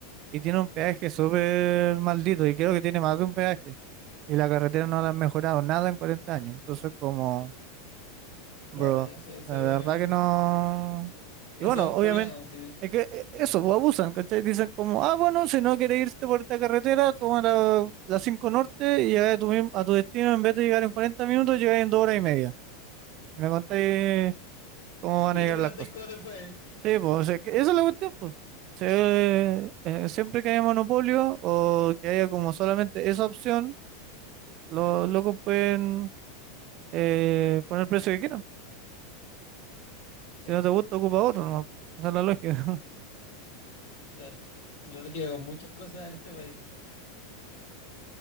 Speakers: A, on the right; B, on the left.
A: y tiene un peaje súper maldito, y creo que tiene más de un peaje. Y la carretera no la han mejorado nada en 40 años. Entonces, como Bro,
B: claro, ya sé, eso,
A: la verdad
B: es-
A: que no.
B: eso
A: Y bueno,
B: es un problema.
A: obviamente,
B: pues, Sí.
A: es que eh, eso, pues, abusan, ¿cachai? Dicen como, ah, bueno, si no quieres irte por esta carretera, toma la, la 5 Norte y llegas a tu, mismo- a tu destino, en vez de llegar en 40 minutos, llegas en 2 horas y media. Y Me contáis
B: <laughs>
A: cómo van
B: Y
A: a llegar
B: me
A: las
B: contáis
A: cosas.
B: cómo te fue.
A: Sí, pues, o sea, que esa es la cuestión, pues. Sí, eh, eh, siempre que haya monopolio o que haya como solamente esa opción, los locos pueden eh, poner el precio que quieran.
B: Sí,
A: Si no te gusta, ocupa
B: lo sur,
A: otro, ¿no? Esa es la lógica. <laughs>
B: claro. La lógica con muchas cosas en este país.